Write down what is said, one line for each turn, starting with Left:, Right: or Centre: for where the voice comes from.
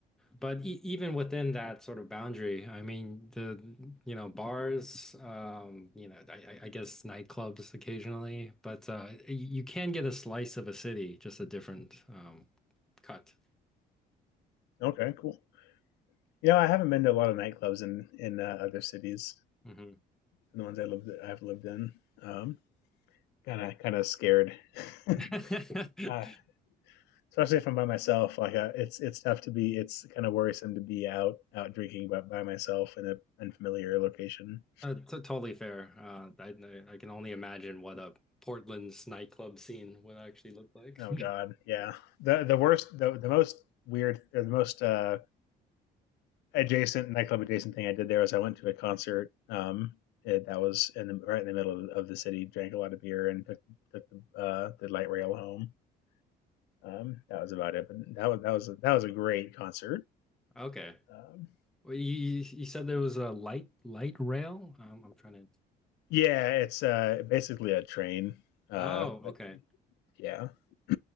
Centre: But e even within that sort of boundary, I mean, the, you know, bars, um, you know, I, I I guess nightclubs occasionally, but uh, y- you can get a slice of a city, just a different um, cut.
Left: Okay. Cool. You know, I haven't been to a lot of nightclubs in in uh, other cities
Centre: hmm
Left: than the ones I lived I've lived in. Um, kind of kind of scared, <laughs>
Centre: <laughs>
Left: uh, especially if I'm by myself. Like uh, it's it's tough to be. It's kind of worrisome to be out out drinking by, by myself in a unfamiliar location.
Centre: Uh, t totally fair. Uh, I, I I can only imagine what a Portland's nightclub scene would actually look like.
Left: Oh
Centre: <laughs>
Left: God, yeah. the The worst, the the most weird, or the most uh, adjacent nightclub adjacent thing I did there was I went to a concert. Um, it, that was in the, right in the middle of, the city. Drank a lot of beer and took, took the uh, the light rail home. Um, that was about it. But that was that was that was a great concert.
Centre: Okay.
Left: Um,
Centre: Well, you you you said there was a light light rail. Um, I'm trying to.
Left: yeah, it's uh, basically a train. Uh,
Centre: Oh,
Left: but
Centre: okay.
Left: yeah, <clears throat>